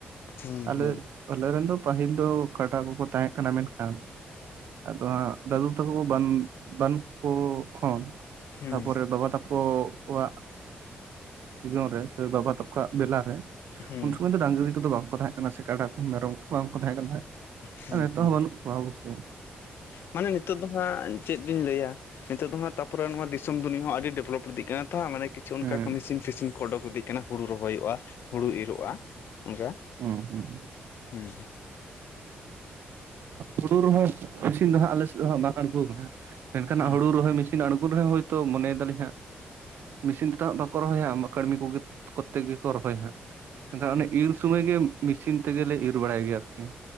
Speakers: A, on the left (about 65°); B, on the right (about 65°).
A: ᱦᱩᱸ
B: ᱟᱞᱮ
A: ᱦᱩᱸ
B: ᱟᱞᱮ ᱨᱮᱱ ᱫᱚ ᱯᱟᱹᱦᱤᱞ ᱫᱚ ᱠᱟᱰᱟ ᱠᱚ ᱠᱚ ᱛᱟᱦᱮᱸ ᱠᱟᱱᱟ ᱢᱮᱱᱠᱷᱟᱱ ᱟᱫᱚ ᱦᱟᱸᱜ ᱫᱟᱫᱩ ᱛᱟᱠᱚ ᱵᱟᱹᱱᱩᱜ ᱵᱟᱹᱱᱩᱜ ᱠᱚ ᱠᱷᱚᱱ
A: ᱦᱩᱸ
B: ᱛᱟᱯᱚᱨᱮ ᱵᱟᱵᱟ ᱛᱟᱠᱚ ᱠᱚ ᱠᱚᱣᱟᱜ ᱥᱤᱡᱚᱱ ᱨᱮ ᱥᱮ ᱵᱟᱵᱟ ᱛᱟᱠᱚᱣᱟᱜ ᱵᱮᱞᱟ ᱨᱮ
A: ᱦᱩᱸ
B: ᱩᱱ ᱥᱚᱢᱚᱭ ᱫᱚ ᱰᱟᱝᱨᱤ ᱠᱚ ᱫᱚ ᱵᱟᱝ ᱠᱚ ᱛᱟᱦᱮᱸᱫ ᱥᱮ ᱠᱟᱰᱟ ᱠᱚ ᱢᱮᱨᱚᱢ ᱠᱚ ᱵᱟᱝ ᱠᱚ ᱛᱟᱦᱮᱸ ᱠᱟᱱᱟ
A: ᱦᱩᱸ
B: ᱱᱤᱛᱚᱜ
A: ᱦᱩᱸ
B: ᱦᱚᱸ ᱵᱟᱹᱱᱩᱜ ᱠᱚᱣᱟ ᱚᱵᱚᱥᱥᱳ
A: ᱢᱟᱱᱮ ᱱᱤᱛᱚᱜ ᱫᱚ ᱦᱟᱸᱜ ᱪᱮᱫ ᱤᱧ ᱞᱟᱹᱭᱟ ᱱᱤᱛᱚᱜ ᱫᱚ ᱦᱟᱸᱜ ᱛᱟᱯᱚᱨᱮ ᱱᱚᱣᱟ ᱫᱤᱥᱚᱢ ᱫᱩᱱᱤᱭᱟᱹ ᱦᱚᱸ ᱟᱹᱰᱤ ᱰᱮᱵᱷᱞᱚᱯ ᱤᱫᱤᱜ ᱠᱟᱱᱟ ᱛᱚ ᱢᱟᱱᱮ ᱦᱟᱜ ᱠᱤᱪᱷᱩ ᱚᱱᱠᱟ
B: ᱦᱮᱸ
A: ᱢᱮᱥᱤᱱ ᱯᱷᱤᱥᱤᱱ ᱠᱚ ᱚᱰᱩᱠ ᱤᱫᱤᱜ ᱠᱟᱱᱟ ᱦᱩᱲᱩ ᱨᱚᱦᱚᱭᱚᱜᱼᱟ ᱦᱩᱲᱩ ᱤᱨᱚᱜᱼᱟ ᱚᱱᱠᱟ
B: ᱦᱮᱸ ᱦᱩᱸ
A: ᱦᱩᱸ
B: ᱦᱩᱲᱩ ᱨᱚᱦᱚᱭ ᱢᱮᱥᱤᱱ ᱫᱚ ᱦᱟᱸᱜ ᱟᱞᱮ ᱥᱮᱫ ᱫᱚ ᱦᱟᱸᱜ ᱵᱟᱝ ᱟᱲᱜᱩ ᱟᱠᱟᱱᱟ ᱦᱟᱸᱜ ᱢᱮᱱᱠᱷᱟᱱ
A: ᱦᱮᱸ
B: ᱦᱩᱲᱩ ᱨᱚᱦᱚᱭ ᱢᱮᱥᱤᱱ ᱛᱤᱱ ᱟᱲᱜᱚᱱ ᱨᱮᱦᱚᱸ ᱦᱚᱭᱛᱚ ᱢᱚᱱᱮᱭᱮᱫᱟ ᱞᱤᱧ ᱦᱟᱸᱜ ᱢᱮᱥᱤᱱ ᱛᱮᱫᱚ ᱦᱟᱸᱜ ᱵᱟᱠᱚ ᱨᱚᱦᱚᱭᱟ ᱠᱟᱹᱲᱢᱤ ᱠᱚᱜᱮ ᱠᱚᱛᱮ ᱜᱮᱠᱚ ᱨᱚᱦᱚᱭ-ᱟ ᱦᱟᱸᱜ ᱮᱱᱠᱷᱟᱱ
A: ᱦᱮᱸ
B: ᱚᱱᱮ ᱤᱨ ᱥᱚᱢᱚᱭ ᱜᱮ ᱢᱮᱥᱤᱱ ᱛᱮᱜᱮᱞᱮ ᱤᱨᱻ ᱵᱟᱲᱟᱭ ᱜᱮᱭᱟ ᱟᱨᱠᱤ